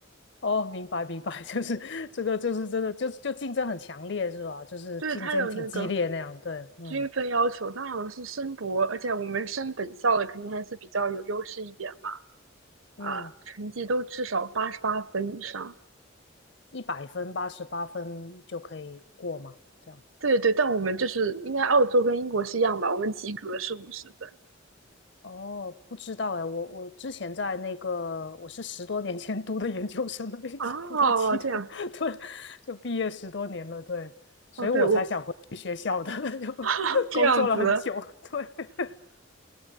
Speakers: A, on the left; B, on the right.
A: 哦，明白明白，<laughs> 就是这个，就是真的，就就竞争很强烈是吧？就是竞争挺激烈那样，
B: <laughs> 对，他有那个
A: 对，嗯
B: 均分要求，他好像是升博，而且我们升本校的肯定还是比较有优势一点嘛。
A: 嗯，
B: 啊、成绩都至少八十八分以上。
A: 一百分、八十八分就可以过嘛，这样。
B: 对对，但我们就是应该澳洲跟英国是一样吧？我们及格是五十分
A: 哦，不知道哎，我我之前在那个，我是十多年前读的研究生了，已经不太记得，
B: 哦，这样
A: <laughs> 对，就毕业十多年了，对，所以我才想回去学校的，
B: 哦，对我
A: <laughs> 就
B: 啊这样子，
A: 工作了很久，对，